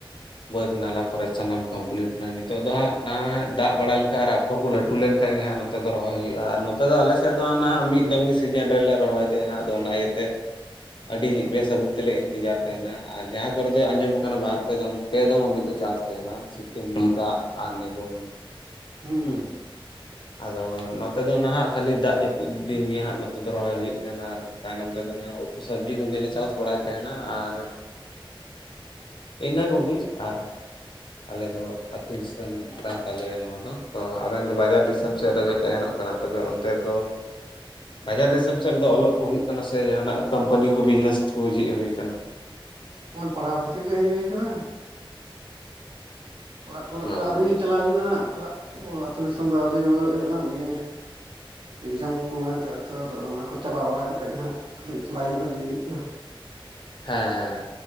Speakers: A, on the left (about 60°); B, on the right (about 65°).
A: ᱵᱟᱹᱫᱽ ᱱᱟᱞᱟ ᱠᱚᱨᱮ ᱥᱟᱱᱟᱢ ᱠᱟᱢᱯᱞᱤᱴ ᱮᱱᱟ ᱱᱤᱛᱚᱜ ᱫᱚ ᱦᱟᱸᱜ ᱱᱟᱦᱟᱜ ᱫᱟᱜ ᱵᱟᱲᱟ ᱞᱮᱠᱷᱟᱡ ᱟᱨ ᱟᱯᱷᱚᱨ ᱠᱚ ᱞᱟᱹᱴᱩ ᱞᱮᱱᱠᱷᱟᱡ ᱜᱮ ᱦᱟᱸᱜ᱾ ᱛᱮ ᱫᱚ ᱨᱚᱭ ᱦᱩᱭᱩᱜᱼᱟ ᱟᱨ ᱱᱚᱛᱮ ᱱᱚᱛᱮ <inaudible> ᱫᱚ ᱟᱞᱮ ᱥᱮᱫ ᱫᱚ ᱱᱟᱦᱟᱜ ᱢᱤᱫ ᱫᱚᱢ ᱜᱮ ᱥᱤᱡᱤᱱ ᱨᱮᱞᱮ ᱨᱚᱦᱚᱭ ᱛᱮᱦᱮᱱᱟ ᱟᱫᱚ ᱚᱱᱟ ᱤᱭᱟᱹᱛᱮ ᱟᱹᱰᱤ
B: ᱦᱩᱸ
A: ᱵᱮᱥᱟᱹᱵᱩᱱ <inaudible> ᱛᱮᱞᱮ ᱤᱱᱛᱮᱡᱟᱨ ᱛᱟᱦᱮᱱᱟ ᱟᱨ ᱡᱟᱦᱟᱸ ᱠᱚᱨᱮ ᱫᱚ ᱟᱸᱡᱚᱢ ᱟᱠᱟᱱᱟ ᱵᱟᱨ ᱯᱮ ᱫᱚᱢ, ᱯᱮ ᱫᱚᱢ ᱦᱟᱹᱵᱤᱡ ᱠᱚ ᱪᱟᱥ ᱛᱟᱦᱮᱱᱟ ᱾ ᱛᱩᱢ ᱫᱟᱜ ᱟᱨ ᱱᱤᱨᱚᱱ
B: ᱦᱩᱸᱻ
A: ᱦᱩᱸ ᱟᱫᱚ ᱱᱚᱛᱮ ᱫᱚ ᱱᱟᱦᱟᱜ ᱠᱷᱟᱹᱞᱤ ᱫᱟᱜ ᱡᱟᱹᱯᱩᱫ ᱫᱤᱱ ᱜᱮ ᱦᱟᱸᱜ ᱱᱚᱛᱮ ᱫᱚ ᱨᱚᱦᱚᱭ ᱦᱩᱭᱩᱜ ᱛᱟᱦᱮᱱᱟ ᱟᱨ ᱛᱟᱭᱱᱚᱢ ᱛᱮᱫᱚ ᱱᱟᱦ ᱩᱛᱩ ᱥᱚᱵᱽᱡᱤ ᱠᱚᱜᱮᱞᱮ ᱪᱟᱥ ᱵᱟᱲᱟᱭ ᱛᱟᱦᱮᱱᱟ ᱟᱨ ᱤᱱᱟᱹ ᱠᱩᱜᱤ ᱟᱨ ᱟᱞᱮ ᱫᱚ ᱟᱹᱛᱩ ᱫᱤᱥᱟᱹᱢ ᱠᱟᱱ ᱛᱟᱞᱮᱭᱟ ᱱᱚᱣᱟ ᱫᱚ ᱛᱚ ᱟᱵᱮᱱ ᱫᱚ
B: ᱦᱩᱸ
A: ᱵᱟᱡᱟᱨ ᱫᱤᱥᱚᱢ ᱥᱮᱫ ᱨᱮᱵᱮ ᱛᱟᱦᱮᱱᱚᱜ ᱠᱟᱱᱟ ᱛᱚᱵᱮ ᱚᱱᱛᱮ ᱫᱚ ᱵᱟᱡᱟᱨ ᱫᱤᱥᱚᱢ ᱥᱮᱫ ᱨᱮᱫᱚ
B: ᱦᱩᱸ
A: ᱚᱞᱚᱜ ᱠᱚ ᱦᱩᱭᱩᱜ ᱠᱟᱱᱟ ᱥᱮ ᱡᱟᱦᱟᱱᱟᱜ ᱠᱟᱢᱯᱟᱱᱤ ᱠᱚ ᱵᱤᱡᱽᱱᱮᱥ ᱠᱚ ᱡᱷᱤᱡ ᱦᱩᱭ ᱠᱟᱱᱟ
B: ᱚᱞ ᱯᱟᱲᱦᱟᱣ ᱠᱷᱟᱹᱛᱤᱨ ᱜᱮ ᱦᱮᱡ ᱦᱳᱭ ᱠᱟᱱᱟ᱾ ᱚᱲᱟᱜ ᱠᱚᱨᱮᱜ
A: ᱚ
B: ᱫᱚ ᱟᱹᱣᱨᱤ ᱪᱟᱞᱟᱜ ᱦᱩᱭᱩᱜᱼᱟ ᱱᱟᱜ ᱚᱲᱟᱜ ᱠᱚ ᱟᱹᱛᱩ ᱫᱤᱥᱚᱢ ᱫᱚ ᱟᱹᱣᱨᱤ ᱨᱩᱣᱟᱹᱲ ᱦᱩᱭᱩᱜᱼᱟ ᱱᱟᱜ ᱱᱤᱭᱟᱹ ᱮᱠᱡᱟᱢ ᱠᱚ ᱢᱮᱱᱟᱜ ᱟᱠᱟᱫ ᱛᱚ ᱟᱫᱚ ᱚᱱᱟ ᱠᱚ ᱪᱟᱵᱟ ᱵᱟᱲᱟ ᱠᱟᱛᱮᱫ ᱜᱮ ᱱᱟ ᱦᱟᱜ ᱠᱟᱹᱴᱤᱡ ᱪᱟᱞᱟᱜ ᱦᱩᱭᱩᱜᱼᱟ ᱞᱟᱹᱭ ᱦᱩᱭᱩᱜ ᱠᱟᱱᱟ ᱾
A: ᱦᱮᱸ ᱦᱮᱸ